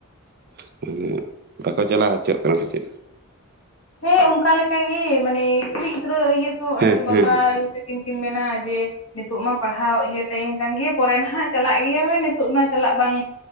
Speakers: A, on the right; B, on the left.
A: <unintelligible> ᱴᱷᱮᱡ, ᱩ-ᱜ ᱵᱟᱠᱚ ᱪᱟᱞᱟᱣ ᱦᱚᱪᱚᱜᱼᱟ ᱠᱟᱱᱟ ᱥᱮ ᱪᱮᱫ?
B: ᱦᱮᱸ, ᱚᱝᱠᱟ ᱞᱮᱠᱟ ᱜᱮ ᱢᱟᱱᱮ ᱠᱩᱲᱤ ᱜᱤᱫᱽᱨᱟᱹ ᱤᱭᱟᱹ ᱛᱚ-ᱚ,
A: ᱦᱮᱸ
B: ᱟᱫᱚ
A: ᱦᱮᱸ
B: ᱵᱟᱵᱟ
A: ᱦᱮᱸ ᱦᱮᱸ
B: ᱟᱭᱩ ᱛᱤᱠᱤᱱ ᱠᱤᱱ ᱢᱮᱱᱟ ᱡᱮ ᱱᱤᱛᱚᱜ ᱢᱟ ᱯᱟᱲᱦᱟᱣ ᱤᱭᱟᱹ ᱴᱟᱹᱭᱤᱢ ᱠᱟᱱᱜᱮᱭᱟ ᱯᱚᱨᱮ ᱱᱟᱦᱟᱜ ᱪᱟᱞᱟᱜ ᱜᱮᱭᱟᱵᱮᱱ ᱱᱤᱛᱚᱜ ᱢᱟ ᱪᱟᱞᱟᱜ ᱵᱟᱝ,